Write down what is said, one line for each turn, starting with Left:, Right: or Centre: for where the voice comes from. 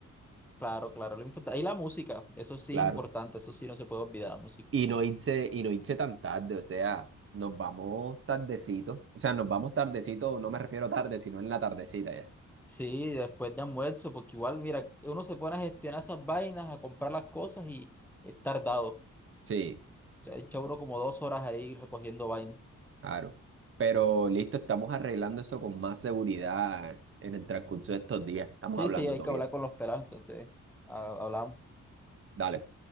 Centre: Claro, claro. Lo import- y la música, eso sí
Right: Claro.
Centre: es importante, eso sí no se puede olvidar la música.
Right: Y no irse, y no irse tan tarde, o sea, nos vamos tardecito. O sea, nos vamos tardecito, no me refiero tarde, sino en la tardecita ya.
Centre: Sí, después de almuerzo, porque igual, mira, uno se pone a gestionar esas vainas, a comprar las cosas y es tardado.
Right: Sí,
Centre: O sea, echa uno como dos horas ahí recogiendo vainas.
Right: claro. Pero listo, estamos arreglando eso con más seguridad en el transcurso de estos días. Estamos
Centre: Sí,
Right: hablando
Centre: sí, hay
Right: todo
Centre: que
Right: bien.
Centre: hablar con los pelados, entonces, ha- hablábamos
Right: Dale.